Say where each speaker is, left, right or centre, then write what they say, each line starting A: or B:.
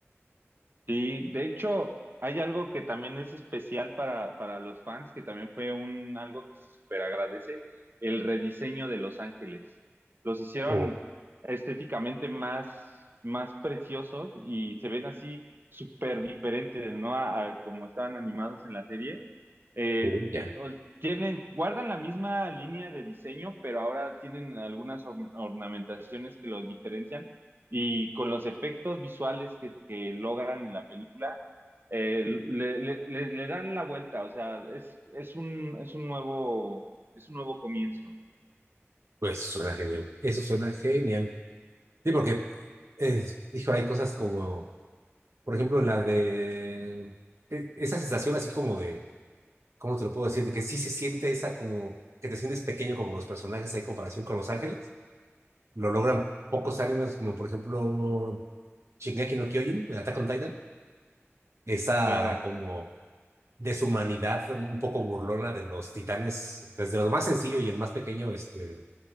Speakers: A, on the right; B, on the right.
A: Sí, de hecho, hay algo que también es especial para, para los fans, que también fue un algo que se super agradece, el rediseño de Los Ángeles. Los hicieron
B: Oh,
A: estéticamente más, más preciosos y se ven así súper diferentes, ¿no? A, a como estaban animados en la serie. Eh,
B: oh, ya.
A: los- tienen, guardan la misma línea de diseño, pero ahora tienen algunas or- ornamentaciones que los diferencian y con los efectos visuales que, que logran en la película, eh, le, le- le- le dan la vuelta, o sea, es, es un, es un nuevo, es un nuevo comienzo,
B: Pues suena genial. Eso suena genial. Sí, porque, eh, hijo, hay cosas como, por ejemplo, la de eh, esa sensación así como de ¿cómo te lo puedo decir? De que sí se siente esa como, que te sientes pequeño como los personajes hay comparación con Los Ángeles. Lo logran pocos animes, como por ejemplo Shingeki no Kyojin, de Attack on Titan. Esa
A: claro,
B: como deshumanidad un poco burlona de los titanes, desde lo más sencillo y el más pequeño, este,